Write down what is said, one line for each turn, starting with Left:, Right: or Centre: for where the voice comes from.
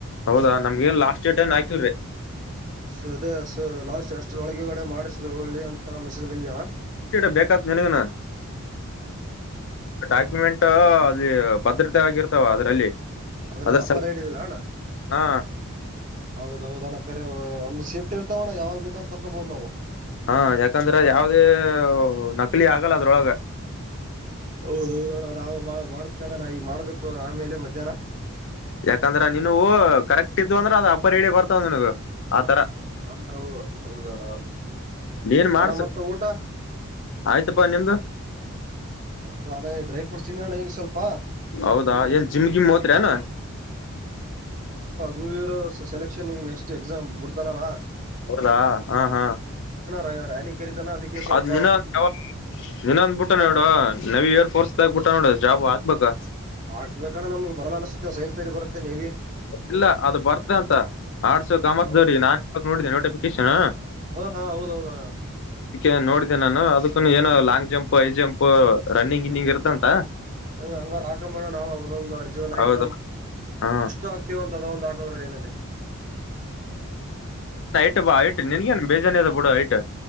Left: ಹೌದಾ ನಮ್ಗ ನ್ ಲಾಸ್ಟ್ ಡೇಟ್ ಏನ್ ಹಾಕಿಲ್ರರಿ
Right: ಸ ಅದೇ ಸ ಲಾಸ್ಟ್ ಎಸ್ಟ್ರಲ ಗಡೆ ಮಾಡಿಸೊಳ್ಳಿ ಅಂತ ಮೆಸೇಜ್ ಬಂದಾವ
Left: ಅಷ್ಟ್ ಡೇಟ್ ಬೇಕಾತ್ ನಿನಗನ ಡಾಕ್ಯುಮೆಂಟ್ ಅದ ಭದ್ರತೆ ಆಗಿರ್ತಾವ ಅದ್ರಲ್ಲಿ
Right: ಆದ್ರೆ
Left: ಅದ್ರ
Right: ಅಪ್ಪರ್
Left: ಸಲ
Right: ಹೈಡಲ್ಲ ಅಣ್ಣ
Left: ಹ
Right: ಹೌದೌದಣ ಕರೆ ಒಂದು ಸೇಫ್ಟಿ ಇರ್ವೋಣ ಯಾವಾಗ ಬೇಕಾದ್ರೂ ತಕೋಬಹುದು ನಾವು
Left: ಹಾ ಯಾಕಂದ್ರೆ ಯಾವದೇ ನ ಇಳಿಯ ಆಗಲ್ ಅದ್ರೊಳಗೆ
Right: ಹೌದೌದ ನಾವು ಮಾಡ್ತ ನೋಣ ನ ಈಗ ಮಾಡ್ಬೇಕು ಆಮೇಲೆ ಮಧ್ಯಾಹ್ನ
Left: ಯಾಕಂದ್ರ ನೀನುವು ಕರೆಕ್ಟ್ ಇದ್ದ್ ಅಂದ್ರ ಅದ ಅಪ್ಪ ರಡಿ ಬರ್ತಾವ ನಿನಗ ಆತರ
Right: ಹಾ ಹೌದಣ
Left: ನೀನ್ ಮಾಡ್ಸು
Right: ಅಣ ಮತ್ತ ಊಟ
Left: ಆಯ್ತಪಾ ನಿಮ್ದು
Right: ನಮ್ದು ಅ ಡ್ರಫ್ರೂಟ್ ತಿಂದಿ ಹಣ್ಣ ಹ ಈಗೆ ಸ್ವಲ್ಪ
Left: ಹೌದಾ ಏನ್ ಜಿಮ್ ಗಿಮ್ ಹತ್ ಅನಾ
Right: ನೀವ್ ಇವರು ಸೆಲೆಕ್ಷನ್ ಈಗ ನೆಕ್ಸ್ಟ್ ಎಕ್ಸಾಮ್ ಬಿಡ್ತಾನಲ್ಲಾ
Left: ಹೌದಾ ಹಾ ಹಾ
Right: ರ್ಯಾಲಿ ಕರಿತಾನ ಅದಕ್ಕೆ ಸ್ವಲ್ಪ
Left: ಅದು ವಿನಾನ್ ಇನ್ನೊಂದ್ ಬುಟ್ಟನ್ ನೋಡ ನವಿ ಏರ್ಫೋರ್ಸ್ ಆಗ್ಬಿಟ್ಟ ನೋಡೋ ಜಾಬ್ ಆಗ್ಬಬೇಕಾ
Right: ಆಗ್ಕ್ಬೇಕಣ ನಮಗ್ ಬರ್ಲ ಅನ್ಸುತ್ತೆ ಸೈನ್ಸ್ಲ್ ಬರುತ್ತೆ ನೀವಿ
Left: ಇಲ್ಲ ಅದು ಬರ್ತ ಅಂತ ಆರ್ಟ್ಸ್ ಕಾಮರ್ಸ್ವಿಗೆ
Right: ಹೌದು
Left: ನಾನ್ ಇಾಗ ನೋಡಿದ್ದೆ ನೋಟಿಫಿಕೇಶನ್
Right: ಹ ಹೌದು ಹೌದು ಅಣ್ಣ
Left: ಅದಕ್ಕೆ ನೋಡಿದ್ದೆ ನಾನು ಅದಕ್ಕ ಏನ long jump high jump running ಗಿನ್ನಿಂಗ್ ಇರ್ತಂತ
Right: ಅದ ಹಂಗಾರ ಆಕಮೋಣ ನಾವವು ಅದೊಂದು ಅರ್ಜೀವ ನಾಯ್ಕ್
Left: ಹೌದಾ
Right: ಬ್ರಹ್ಮ
Left: ಹಾ
Right: ಎಷ್ಟು ಆಗ್ತತಿವ ಅಂತ ಅದ ಒಂದು ಆ ಕದರ ಲನೆದ್ದ
Left: ಇ ಬಾ ಹೈಟ್ ನಿನ್ಗೆನ ಬೇಜಾನಿಯದ ಇರ್ತೈತ್ ಬಿಡು ಹೈಟ್